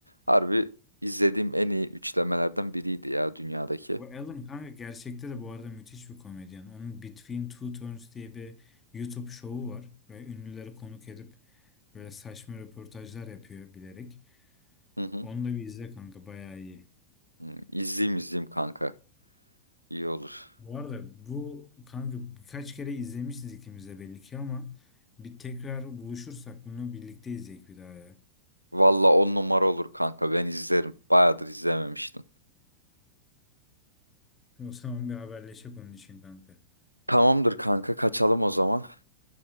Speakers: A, on the right; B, on the left.
A: harbi izlediğim en iyi üçlemelerden biriydi ya dünyadaki.
B: O Alan kanka gerçekte de bu arada müthiş bir komedyen. Onun Between Two Turns diye bir YouTube şovu var. Ve ünlüleri konuk edip böyle saçma röportajlar yapıyor bilerek.
A: Hı hı.
B: Onu da bir izle kanka bayağı iyi.
A: Hı, İzleyeyim izleyeyim kanka. İyi olur.
B: Bu arada bu kanka birkaç kere izlemişiz ikimiz de belli ki ama bir tekrar buluşursak bunu birlikte izleyek bir daha ya.
A: Valla on numara olur kanka. Ben izlerim. Bayağıdır izlememiştim.
B: O zaman bir haberleşek onun için kanka.
A: Tamamdır kanka kaçalım o zaman.